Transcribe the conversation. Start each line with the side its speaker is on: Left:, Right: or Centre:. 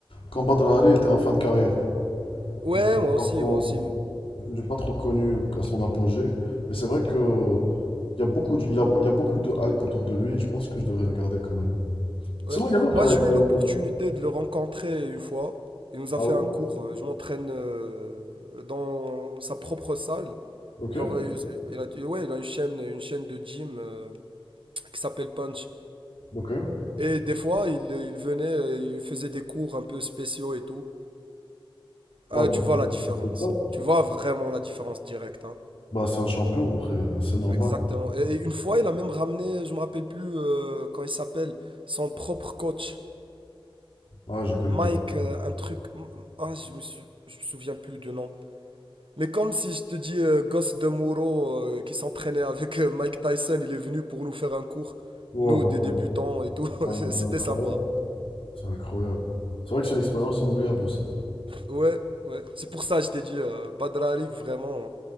Left: quand Badr Ali était en fin de carrière.
Right: Ouais,
Left: Du coup, j'ai
Right: moi
Left: pas
Right: aussi,
Left: trop,
Right: moi aussi.
Left: du coup, j'ai pas trop connu à son apogée. Mais c'est vrai que il y a beaucoup de, il y a, il y a beaucoup de hype autour de lui. Je pense que je devrais regarder quand même.
Right: Ouais.
Left: Sinon, il y a l'autre,
Right: Moi,
Left: là.
Right: j'ai eu
Left: le-
Right: l'opportunité de le rencontrer une fois. Il nous a
Left: Ah
Right: fait
Left: oui?
Right: un cours. euh, Je m'entraîne euh, dans sa propre salle.
Left: Ok,
Right: Genre, euh, il a, ouais, il a une chaîne, une chaîne de gym euh, qui s'appelle Punch.
Left: ok.
Right: Et des fois, il, il venait, euh, il faisait des cours un peu spéciaux et tout. Ah,
Left: Ah bah,
Right: tu vois la
Left: c'est
Right: différence.
Left: c'est top.
Right: Tu vois vraiment la différence directe, hein.
Left: Bah, c'est un champion, après, c'est normal.
Right: Exactement. Et une fois, il a même ramené, je me rappelle plus euh, quand il s'appelle, son propre coach.
Left: Ouais, je connais
Right: Mike,
Left: pas.
Right: euh, un truc. Ah, je me suis... je me souviens plus du nom. Mais comme si je te dis euh, Gosse de Moro euh, qui s'entraînait avec euh, Mike Tyson, il est venu pour nous faire un cours.
Left: Ouais,
Right: Nous,
Left: bah,
Right: des
Left: c'est
Right: débutants et tout.
Left: c'est un-
Right: <laughs> C'était
Left: c'est incroyable.
Right: sympa.
Left: C'est incroyable. C'est vrai que c'est une expérience inoubliable aussi.
Right: Ouais, ouais. C'est pour ça que je t'ai dit euh, Badrari, vraiment.